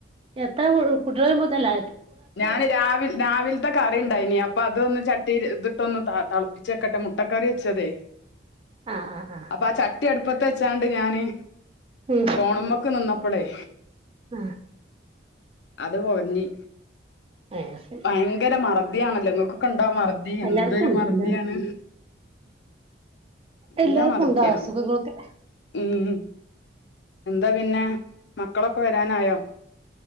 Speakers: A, on the right; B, on the left.
A: എത്ത കു കുട്ട്യേള് വരുമ്പോത്ത് അല്ല
B: ഞാന് രാവ് രാവിലത്തെ കറിണ്ടായി നി പ്പ അതൊന്ന് ചട്ടി ല് ഇതിട്ടൊന്ന് ത തളപ്പിച്ചക്കട്ടെ മുട്ടക്കറി വെച്ചതേ.
A: ആഹ് ആഹ് ആഹ്
B: അപ്പാ ചട്ടി അടുപ്പത്തെ ച്ചാണ്ട് ഞാന്
A: ഉം
B: ഫോണ് മ്മക്ക് നിന്നപ്പളേ
A: ആഹ്
B: അത് പൊകഞ്ഞി
A: അത് ശരി
B: ഭയങ്കര മറ തിയാണല്ലോ ഇങ്ങക്കൊക്ക ണ്ടോ മറതി എന്തൊരു
A: എല്ലാർക്കും ഉണ്ട്
B: മറദിയാണ്
A: എല്ലാർക്കും
B: നല്ല
A: എല്ലാർക്കും
B: മറതിയാ
A: ഉണ്ടാ അസുഖങ്ങളൊക്കെ
B: ഉം എന്താ പിന്നെ. മ ക്കളൊക്കെ വരാനായോ?